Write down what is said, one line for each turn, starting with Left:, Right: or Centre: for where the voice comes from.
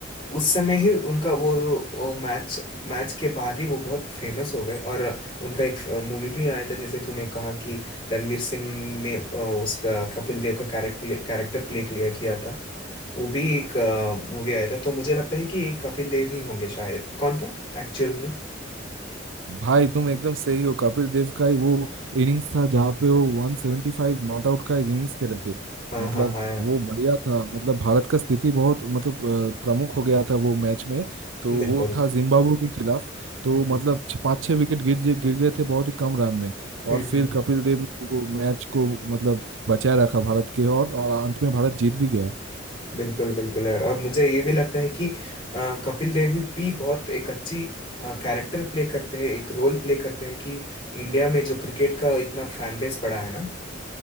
Left: उस समय ही उनका वो, मैच मैच के बाद ही वो बहुत फेमस हो गए और उनका एक मूवी भी आया था जैसे तूने कहा कि रणवीर सिंह ने अ, उसका कपिल देव का कैरेक्टर कैरेक्टर प्ले किया किया था वो भी एक मूवी आया था तो मुझे लगता है कि कपिल देव ही होंगे शायद कौन था एक्चुअल में
Right: भाई तुम एकदम सही हो कपिल देव का ही वो इनिंग्स था जहाँ पे वो 175 नॉट आउट का एक इनिंग्स खेले थे
Left: हाँ
Right: मतलब
Left: हाँ हाँ
Right: वो बढ़िया था मतलब भारत का स्थिति बहुत मतलब अ, प्रमुख हो गया था वो मैच में तो
Left: बिल्कुल
Right: वो था जिम्बाब्वे के खिलाफ तो
Left: हम्म हम्म
Right: मतलब छ- पाँच छह विकेट गिर जे- गिर गए थे बहुत ही कम रन में और
Left: हम्म
Right: फिर
Left: हम्म,
Right: कपिल देव ने वो मैच को मतलब बचाए रखा भारत के और और अंत में भारत जीत भी गया
Left: बिल्कुल बिल्कुल यार और मुझे ये भी लगता है कि अ, कपिल देव भी बहुत एक अच्छी कैरेक्टर प्ले करते हैं एक रोल प्ले करते हैं कि इंडिया में जो क्रिकेट का इतना फैन बेस बड़ा है ना